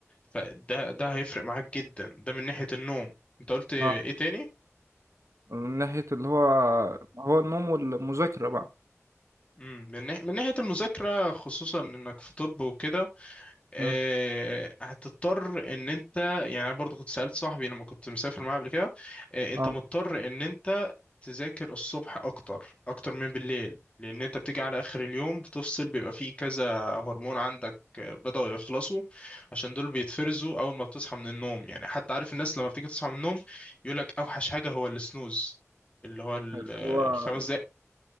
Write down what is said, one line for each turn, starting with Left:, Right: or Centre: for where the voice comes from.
Left: فده ده هيفرق معاك جدا ده من ناحية النوم انت قلت ايه
Right: اه
Left: تاني؟
Right: من ناحية اللي هو هو النوم والمذاكرة بقى
Left: مم، من ناح- من ناحية المذاكرة خصوصا انك في طب وكده آه،
Right: مم.
Left: هتضطر ان انت يعني انا برضو كنت سألت صاحبي لما كنت مسافر معاه قبل كده آه، انت
Right: اه
Left: مضطر ان انت تذاكر الصبح اكتر اكتر من بالليل لان انت بتيجي على اخر اليوم بتفصل بيبقى فيه كذا هرمون عندك آه، بدأوا يخلصوا عشان دول بيتفرزوا اول ما بتصحى من النوم يعني حتى عارف الناس لما بتيجي تصحى من النوم يقول لك اوحش حاجة هو السنوز اللي هو الخمس
Right: اللي هو
Left: دقايق